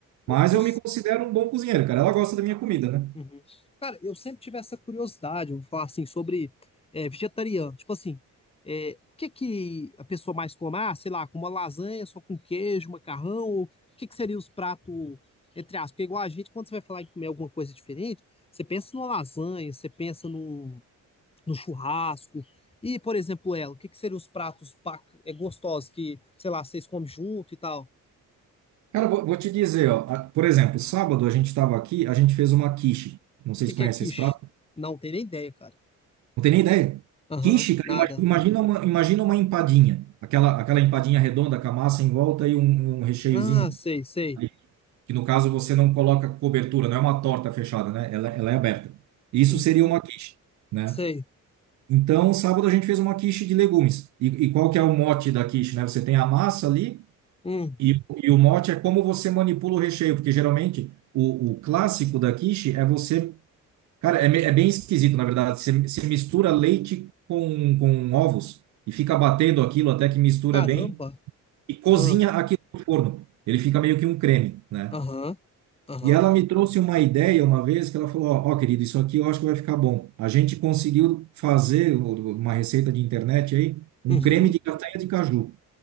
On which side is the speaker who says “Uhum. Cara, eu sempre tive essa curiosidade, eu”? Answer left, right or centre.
Left